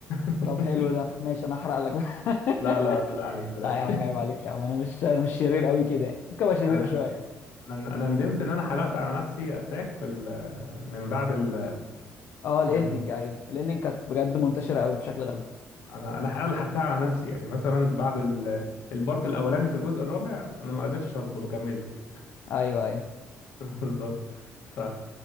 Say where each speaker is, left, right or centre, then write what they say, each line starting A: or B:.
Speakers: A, on the left; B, on the left.
A: <laughs>
B: طب حلو ده ماشي أنا هحرق لك بقى
A: لا لا بالله عليك
B: <laughs>
A: بلاش
B: لا يا عم عيب عليك يا عم أنا مش أنا مش شرير أوي كده يعني. ممكن أبقى شرير
A: انا
B: شوية
A: انا انا ندمت ان انا حلقت على نفسي اتاك في ال- من بعد ال
B: أه الإندنج
A: من
B: أيوه الإندنج كانت بجد منتشرة أوي
A: آه.
B: بشكل غبي
A: انا انا حلقة حلقتها على نفسي يعني مثلا بعد ال- البارت الاولاني في الجزء الرابع انا ما قدرتش اصبر وكملت
B: أيوه أيوه
A: <laughs> بالظبط ف